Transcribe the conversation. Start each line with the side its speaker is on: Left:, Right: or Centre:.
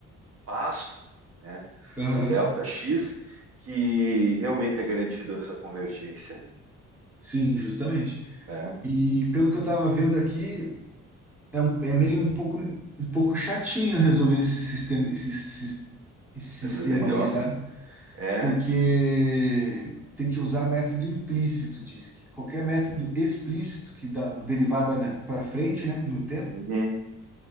Right: passo, né?
Centre: Aham.
Right: Do delta X, que realmente é garantido essa convergência,
Centre: Sim, justamente.
Right: né?
Centre: E pelo que eu estava vendo aqui, é, um- é meio um pouco, um pouco chatinho resolver esse sistema, esse, sis- esse sistema
Right: Essas DDoS.
Centre: aí, sabe?
Right: É.
Centre: Porque tem que usar método implícito, diz que. Qualquer método explícito que dá derivada para frente, né, no tempo,
Right: uhum.